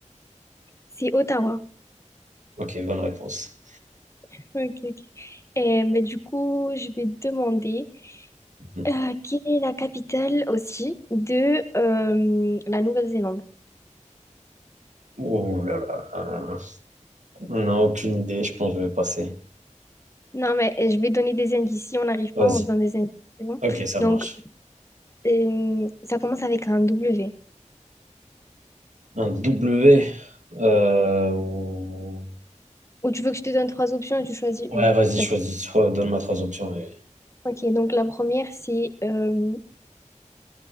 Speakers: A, on the left; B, on the right.
A: C'est Ottawa.
B: Ok, bonne réponse.
A: Ok, ok. Et, mais du coup, je vais te demander
B: Mhm.
A: euh, quelle est la capitale aussi de euh, la Nouvelle-Zélande?
B: Oh là là, euh, on n'a aucune idée, je pense que je vais passer.
A: Non, mais euh, je vais donner des indices. Si on n'arrive pas,
B: Vas-y.
A: on se donne des indices. C'est bon?
B: Ok, ça
A: Donc,
B: marche.
A: euh, ça commence avec un W.
B: Un W. euh, ou-
A: Ou tu veux que je te donne trois options et tu choisis
B: Ouais,
A: une.
B: vas-y,
A: Putain,
B: choisis.
A: c'est-
B: Donne-moi trois options. et-
A: Ok, donc la première, c'est... euh,